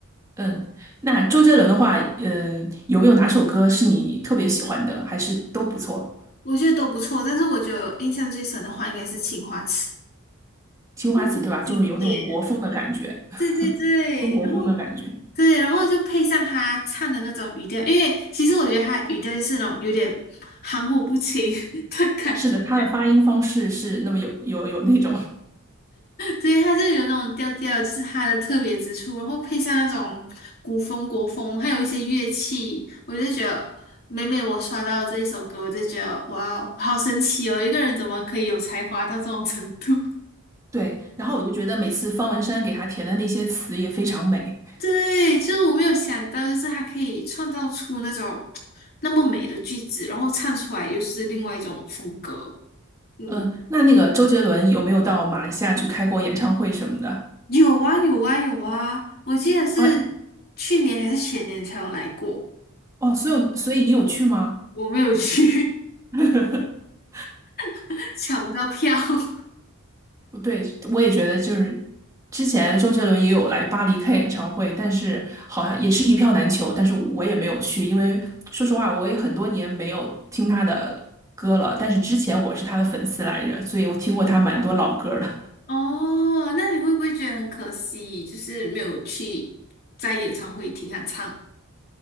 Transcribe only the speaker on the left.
我觉得都不错。但是我觉得印象最深的话应该是《青花瓷》，
这很经典。
对对对，
然后对，然后就配上他唱的那种语调，因为其实我觉得他的语调就是那种有点含糊不清 <laughs> 的感觉，
对，他就有那种调调，就是他的特别之处，然后配上那种古风、国风，还有一些乐器，我就觉得每每我刷到这一首歌，我就觉得哇哦，好神奇哦，一个人怎么可以有才华到这种程度？<laughs>
对，就是我没有想到，就是他可以创造出那种那么美的句子，然后唱出来又是另外一种风格，嗯。
有啊，有啊，有啊！我记得是
去年还是前年才有来过，
我没有去，
<laughs> 抢不到票。<laughs>
哦，那你会不会觉得很可惜，就是没有去在演唱会听他唱？